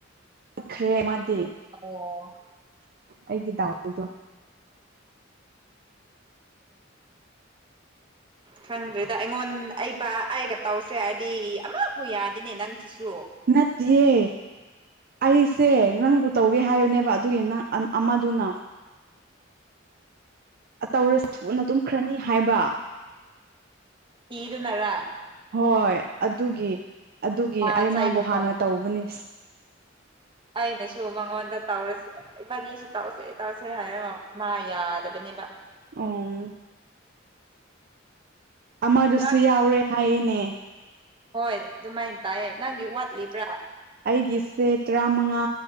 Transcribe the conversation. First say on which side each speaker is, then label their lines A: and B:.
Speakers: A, on the right; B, on the right.
A: ꯈ꯭ꯔꯦ ꯑꯃꯗꯤ
B: ꯑꯣ
A: ꯑꯩꯒꯤ ꯗꯥꯎꯊꯨꯗꯣ <inaudible>
B: ꯈꯪꯗ꯭ꯔꯦꯗ ꯑꯩꯉꯣꯟ ꯑꯩꯕ ꯑꯩꯒ ꯇꯧꯁꯦ ꯍꯥꯏꯔꯗꯤ ꯑꯃꯐꯨ ꯌꯥꯗꯦꯅꯦ ꯅꯪꯁꯤꯁꯨ
A: ꯅꯠꯇꯤꯌꯦ ꯑꯩꯁꯦ ꯅꯪꯕꯨ ꯇꯧꯒꯦ ꯍꯥꯏꯕꯅꯦꯕ ꯑꯗꯨꯒꯤ ꯅꯪ ꯑꯃꯗꯨꯅ ꯑ ꯇꯧꯔꯁꯨ ꯊꯨꯅ ꯇꯨꯝꯈ꯭ꯔꯅꯤ ꯍꯥꯏꯕ
B: ꯇꯤꯗꯨꯅꯔ
A: ꯍꯣꯏ ꯑꯗꯨꯒꯤ ꯑꯗꯨꯒꯤ
B: ꯑꯥ
A: ꯑꯩ
B: ꯆꯩꯒꯦ
A: ꯃꯥꯕꯨ ꯍꯥꯟꯅ ꯇꯧꯕꯅꯤ
B: ꯑꯩꯅꯁꯨ ꯃꯉꯣꯟꯗ ꯇꯧꯔꯁꯤ ꯏꯕꯥꯅꯤꯁꯨ ꯇꯧꯁꯦ ꯇꯧꯁꯦ ꯍꯥꯏꯔꯒ ꯃꯥ ꯌꯥꯗꯕꯅꯦꯕ
A: ꯑꯣꯝ ꯑꯃꯗꯨꯁꯨ
B: ꯉꯥ
A: ꯌꯥꯎꯔꯦ ꯍꯥꯏꯌꯦꯅꯦ
B: ꯍꯣꯏ ꯑꯗꯨꯃꯥꯏꯅ ꯇꯥꯏꯌꯦ ꯅꯪꯒꯤ ꯋꯥꯠꯂꯤꯕ꯭ꯔꯥ
A: ꯑꯩꯒꯤꯁꯦ ꯇꯔꯥꯃꯉꯥ